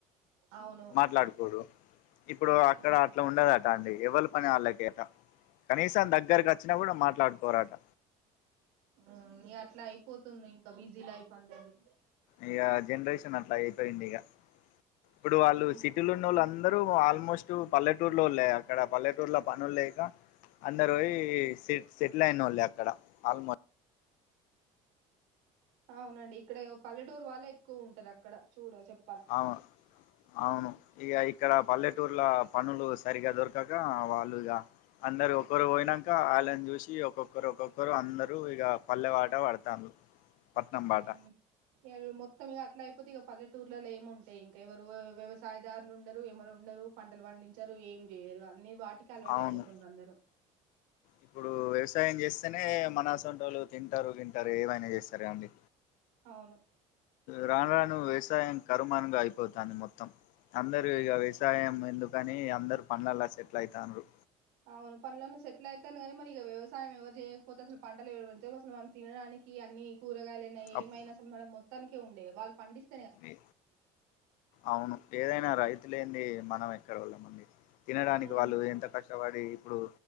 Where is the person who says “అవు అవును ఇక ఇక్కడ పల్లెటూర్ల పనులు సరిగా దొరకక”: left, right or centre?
Left